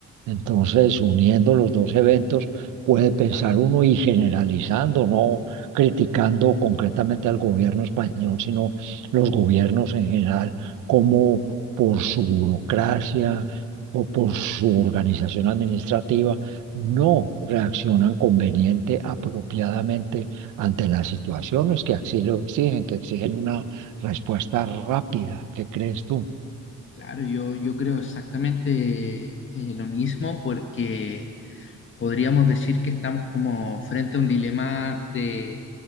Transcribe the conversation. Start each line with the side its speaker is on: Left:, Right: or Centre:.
Right: Entonces, uniendo los dos eventos, puede pensar uno y generalizando, no criticando concretamente al gobierno español, sino los gobiernos en general, cómo por su burocracia o por su organización administrativa, no reaccionan conveniente, apropiadamente ante las situaciones que así lo exigen, que exigen una respuesta rápida. ¿Qué crees tú?
Left: Claro, yo, yo creo exactamente eh, lo mismo porque podríamos decir que estamos como frente a un dilema de,